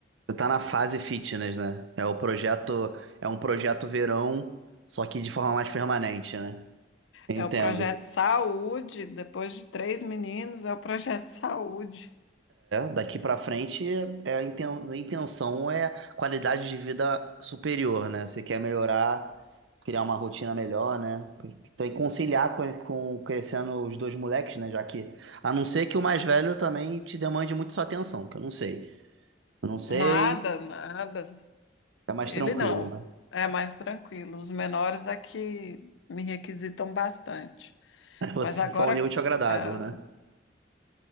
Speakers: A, on the right (about 85°); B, on the left (about 85°).
A: Você tá na fase fitness, né? É o projeto, é um projeto verão, só que de forma mais permanente, né? Entendo.
B: É o projeto Saúde, depois de três meninos, é o projeto Saúde.
A: Daqui pra frente, é a inten- a intenção é qualidade de vida superior, né? Você quer melhorar, criar uma rotina melhor, né? Tem que conciliar com, com crescendo os dois moleques, né? Já que, a não ser que o mais velho também te demande muito sua atenção, que eu não sei. Eu não sei,
B: Nada, nada.
A: é mais
B: Ele
A: tranquilo,
B: não.
A: né?
B: É mais tranquilo. Os menores é que me requisitam bastante.
A: <laughs> você
B: Mas agora,
A: se um útil e agradável,
B: ah,
A: né?